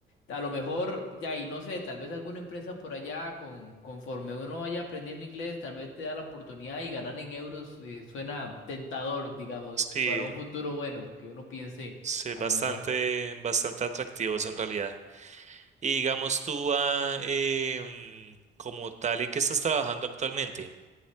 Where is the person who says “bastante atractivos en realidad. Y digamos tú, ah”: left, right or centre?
Right